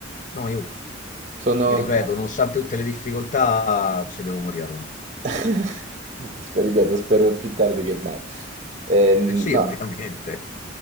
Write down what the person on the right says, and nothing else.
Sono...
sono-
<laughs> Sper- Ripeto, spero più tardi che mai. Ehm,
no.